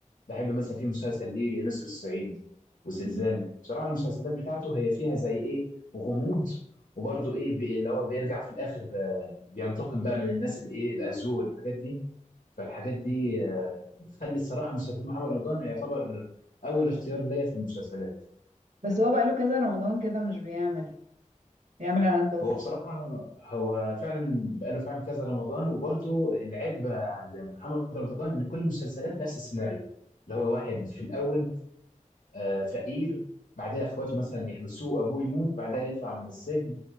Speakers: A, on the left; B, on the right.
A: بحب مثلا في مسلسل ليه نسر الصعيد وزلزال
B: مم.
A: بصراحة المسلسلات بتاعته هي فيها زي إيه غموض وبرضه إيه بي- اللي هو بيرجع في الآخر آه، بينتقم بقى من الناس الإيه الأذوة والحاجات دي فالحاجات دي آه، بتخلي الصراحة مسلسلات محمد رمضان يعتبر أول اختيار ليا في المسلسلات
B: بس هو بقاله كذا رمضان كده مش بيعمل بيعمل اعلانات
A: هو
B: بس
A: بصراحة هو فعلا بقاله فعلا كذا رمضان وبرضه العيب عند محمد رمضان إن كل المسلسلات نفس السيناريو اللي هو واحد في الأول آه، فقير بعدها إخواته مثلا يحبسوه أبوه يموت بعدها يطلع من السجن